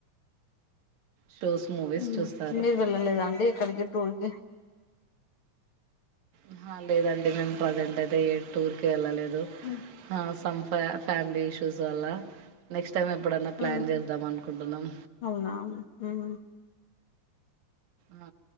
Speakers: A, on the right; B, on the left.
A: షోస్ మూవీస్
B: హ్
A: చూస్తారు
B: మీరు వెళ్ళలేదాండి ఎక్కడికి? ట్వల్కి
A: ఆహా లేదండి. మేము ప్రజెంట్ అయితే ఏ టూర్ కి వెళ్ళలే
B: మ్మ్.
A: ఆ సం ఫ్యా ఫ్యామిలీ ఇష్యూస్ వల్లా. నెక్స్ట్ టైం ఎప్పుడన్నా ప్లాన్
B: మ్మ్.
A: చేద్దాం అనుకుంటున్నం.
B: అవునా మ్మ్.
A: ఆ